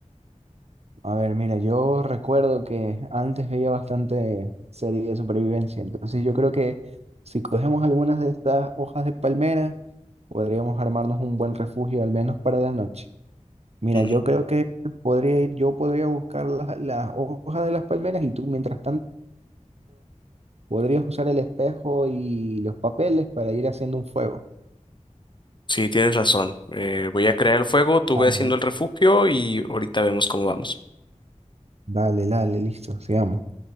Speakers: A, on the right; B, on the left.
A: A ver, mira, yo recuerdo que antes veía bastante serie de supervivencia, entonces yo creo que si cogemos algunas de estas hojas de palmera, podríamos armarnos un buen refugio, al menos para la noche. Mira,
B: Mm,
A: yo creo que podría ir, yo podría buscar las, las hojas de las palmeras y tú, mientras tanto, podrías usar el espejo y los papeles para ir haciendo un fuego.
B: Sí, tienes razón. Eh, voy a crear el fuego, tú
A: Dale,
B: ve haciendo el refugio y ahorita vemos cómo vamos.
A: dale, dale, listo, sigamos.